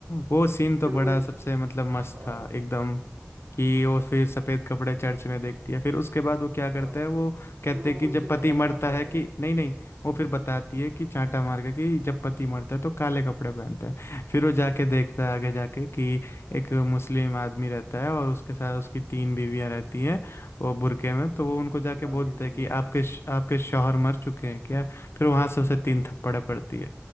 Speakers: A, on the left; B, on the right.
A: वो सीन तो
B: फिर
A: बड़ा
B: वो एक
A: सबसे मतलब मस्त
B: हाँ
A: था एकदम कि वो फिर सफेद कपड़े चर्च में देखती है फिर उसके बाद वो क्या करता
B: हाँ
A: है वो कहते
B: फिर वो
A: हैं कि
B: मुस्लिम
A: जब पति
B: महिला
A: मरता
B: के पास जाता
A: है कि
B: है
A: नहीं नहीं वो फिर बताती है कि चांटा मार के कि जब पति मरता है तो काले कपड़े पहनता है फिर वो जाके देखता है आगे जाके कि एक मुस्लिम आदमी रहता है और उसके साथ उसकी तीन बीवियां रहती हैं वो बुरके में तो वो
B: बिल्कुल
A: उनको जाके
B: बिल्कुल हाँ
A: बोलते
B: तीन बीवियां
A: हैं कि आपके आपके शौहर मर चुके हैं क्या फिर वहां से उसे
B: हाँ
A: तीन थप्पड़े पड़ती है